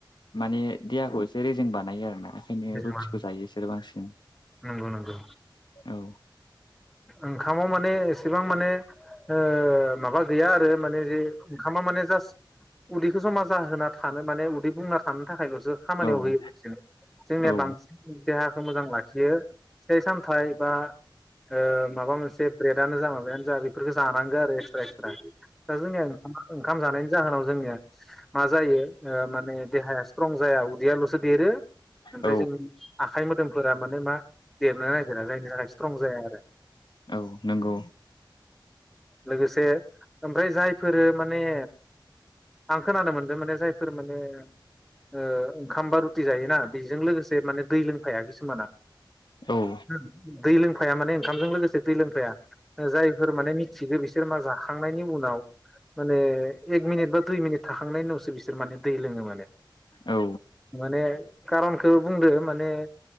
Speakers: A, on the left; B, in the centre.
A: माने देहाखौ एसे रेजें बानायो आरोना ओंखायनो
B: <unintelligible>
A: रुटिखौ जायो बिसोरो बांसिन
B: नंगौ नंगौ
A: औ
B: ओंखामाव माने एसेबां माने ओ माबा गैया आरो माने जे ओंखामा माने जास्ट उदैखौ जमा जाहोना थानो माने उदै बुंना थानो थाखायल'सो खामानियाव
A: औ
B: होयो बांसिनो जोंनिया
A: औ
B: बांसिन देहाखौ मोजां लाखियो फिथाइ सामथाइ बा ओ माबा मोनसे ब्रेडानो जा माबायानो जा बेफोरखौ जानांगौ आरो एक्सट्रा एक्स्रा दा जोंनिया ओंाम ओंखाम जानायनि जाहोनाव जोंनिया मा जायो माने देहाया स्ट्रं जाया उदैयाल'सो देरो ओमफ्राय
A: औ
B: जों आखाइ मोदोमफोरा माने मा देरनो नागिरा जायनि थाखाय स्ट्रं जाया आरो
A: औ नंगौ
B: लोगोसे ओमफ्राय जायफोरो माने आं खोनानो मोन्दों माने जायफोर माने ओ ओंखामबा रुटि जायो बेजों लोगोसे माने दै लोंफाया किसुमाना
A: औ
B: उम दै लोंफाया माने ओंखामजों लोगोसे दै लोंफाया जायफोर माने मिथिगौ बिसोर बिसोर मा जाखांनायनि उनाव माने एक मिनिट बा दुइ मिनिट थाखांनायनि उनावसो बिसोर माने दै लोङो माने
A: औ
B: माने खारनखौ बुंदो माने